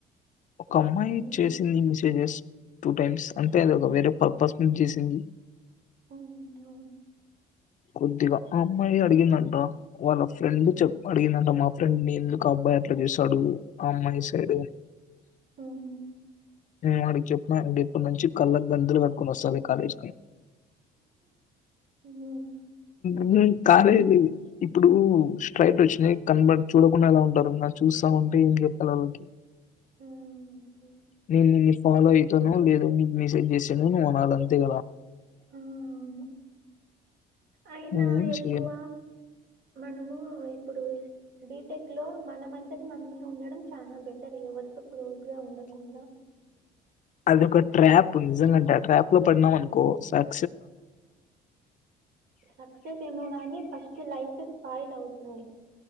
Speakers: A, on the left (about 50°); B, on the right (about 75°).
A: ఒక అమ్మాయి
B: మ్మ్
A: చేసింది మెసేజెస్ టూ టైమ్స్ అంతే అది ఒక వేరే పర్పస్ నుంచి చేసింది
B: ఉ అవును
A: కొద్దిగా ఆ అమ్మాయి అడిగిందంట వాళ్ళ ఫ్రెండ్ చెప్ అడిగిందంట మా ఫ్రెండ్ ఎందుకు అబ్బాయి అట్లా చూసాడు ఆ అమ్మాయి సైడ్
B: ఉమ్
A: నేను అడికి చెప్పిన అండి ఇప్పటి నుంచి కళ్ళకి గంతులు కట్టుకుొని వస్తా అ కాలేజ్కిి
B: మ్మ్
A: ఉమ్ <unintelligible> ఇప్పుడు స్ట్రైట్ వచ్చినయి కన్వర్ట్ చూడకుండా ఎలా ఉంటారు నా చూస్తా ఉంటే ఏం చెప్పిల్ల వాళ్ళకి
B: ఆ అంతే
A: ని ఫాలో అవుతాను లేదో నీకు మిసేజ్ చేసాను నువ్వు అనళ అంతేగల
B: ఉమ్మ్ అయినా
A: నేనేం
B: ఎక్కువ
A: చేయను.
B: మనము ఇప్పుడు బీటెక్ లో మనమంతకు మనమే ఉండడం చాలా బెటర్ ఎవరితో క్లోజ్ గా ఉండ కుడా
A: అది ఒక ట్రాప్ నిజంగాంటే ట్రాప్ లో పడినాం అనుకో సర్
B: సక్సెస్ ఏమో గాని ఫస్ట్ లైఫ్ స్పాయిల్ అవుతుంది